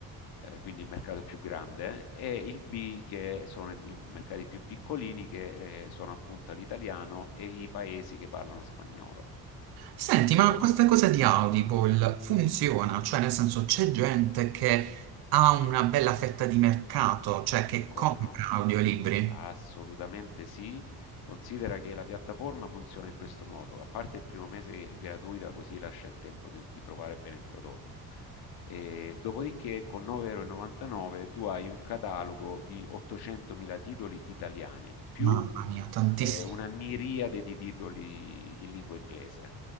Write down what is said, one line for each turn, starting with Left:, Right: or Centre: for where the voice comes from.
Left: eh, quindi il mercato più grande, e il B che sono i i mercati più piccolini che eh, sono appunto l'italiano e i paesi che parlano spagnolo.
Right: Senti, ma
Left: Oh,
Right: questa cosa di Audible funziona? Cioè, nel senso, c'è gente che ha una bella fetta di mercato, cioè che
Left: come
Right: compra
Left: no?
Right: audiolibri?
Left: Assolutamente sì. Considera che la piattaforma funziona in questo modo, a parte il primo mese gratuita, così lascia il tempo di, di provare bene il prodotto. E dopodiché con 9,99€ tu hai un catalogo di 800.000 titoli italiani, più
Right: Mamma mia, tantissimi.
Left: eh, una miriade di titoli in lingua inglese.